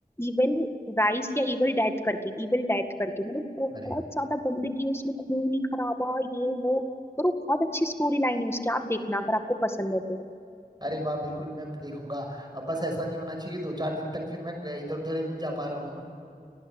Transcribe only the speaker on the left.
इविल राइस या इविल डेथ करके इविल डेथ करके मतलब
बहुत ज्यादा गंदगी है उसमें खून ही खराबा ये वो पर वो बहुत अच्छी स्टोरी लाइन है उसकी आप देखना अगर आपको पसंद है तो